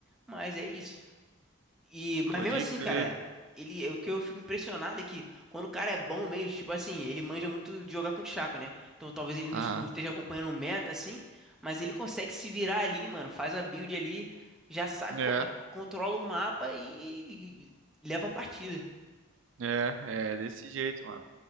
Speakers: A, in the centre; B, on the right.
A: mas é isso. E, mas
B: pode
A: mesmo assim,
B: crer.
A: cara, ele, é o que eu fico impressionado é que quando o cara é bom mesmo, tipo assim, ele manja muito de jogar com o Chaco, né? Então talvez ele não,
B: Ah,
A: es- não esteja acompanhando o meta, assim, mas ele consegue se virar ali, mano. Faz a build ali, já sabe
B: é,
A: como é que controla o mapa e, e e leva a partida.
B: é, é desse jeito, mano.